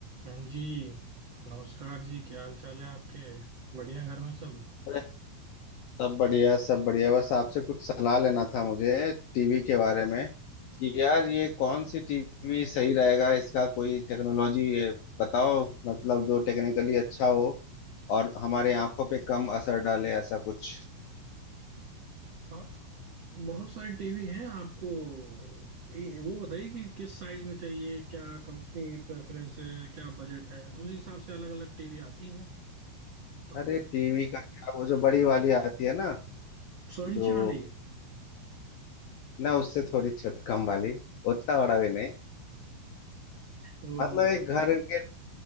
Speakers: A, on the right; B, on the left.
A: हाँ जी नमस्कार जी क्या हाल चाल है आपके बढ़िया घर में सब
B: अरे सब बढ़िया सब बढ़िया बस आपसे कुछ सलाह लेना था मुझे टीवी के बारे में कि यार ये कौन सी टीवी सही रहेगा इसका कोई टेक्नोलॉजी बताओ मतलब जो टेक्निकली अच्छा हो और हमारे आंखों पे कम असर डाले ऐसा कुछ
A: हाँ बहुत सारे टीवी हैं आपको ये- वो बताइए कि किस साइज में चाहिए क्या कंपनी प्रेफरेंस है क्या बजट है उस हिसाब से अलग अलग टीवी आती हैं तो
B: अरे टीवी का क्या वो जो बड़ी वाली आती है ना
A: सौ
B: जो
A: इंची वाली
B: ना उससे थोड़ी छ- कम वाली उतना बड़ा भी नहीं
A: वो
B: मतलब एक घर के